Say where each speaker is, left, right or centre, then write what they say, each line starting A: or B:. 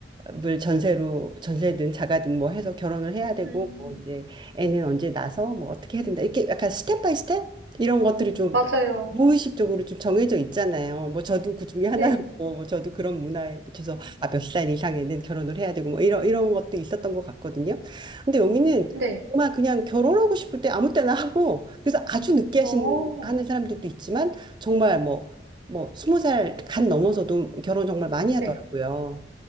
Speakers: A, on the right (about 25°); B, on the right (about 75°).
A: 물 전세로 전세든 자가든 뭐 해서 결혼을 해야 되고
B: 음.
A: 뭐 이제 애는 언제 낳아서 뭐 어떻게 해야 된다 이렇게 약간 스텝 바이 스텝 이런 것들이 좀
B: 맞아요.
A: 무의식적으로 좀 정해져 있잖아요. 뭐 저도 그 중에 하나였고,
B: 네.
A: 뭐 저도 그런 문화에 비춰서
B: 음.
A: 아, 몇 살 이상에는 결혼을 해야 되고, 뭐 이런, 이런 것도 있었던 것 같거든요. 근데 여기는
B: 네.
A: 정말 그냥 결혼하고 싶을 때 아무 때나 하고, 그래서 아주 늦게 하시는,
B: 어.
A: 하는 사람들도 있지만, 정말 뭐, 뭐, 스무 살 간 넘어서도 결혼 정말 많이
B: 네.
A: 하더라고요.